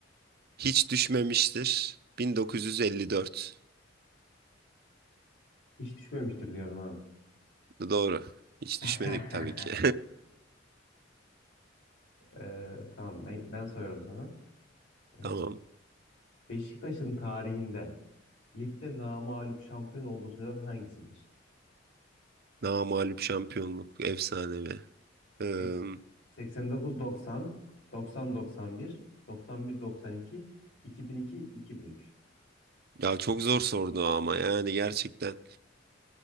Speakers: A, on the right; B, on the left.
A: hiç düşmemiştir, 1954.
B: Hiç düşmemiştir diyorum ha.
A: Doğru. Hiç
B: <laughs>
A: düşmedik tabii ki.
B: Ee, tamam ben, ben soruyorum sana. Ee,
A: <laughs> Tamam.
B: Beşiktaş'ın tarihinde ligde namağlup şampiyon olduğu sezon hangisidir?
A: Namağlup şampiyonluk, efsanevi. Ee,
B: Seks- 89-90, 90-91, 91-92, 2002-2003.
A: ya çok zor sordu ama yani gerçekten.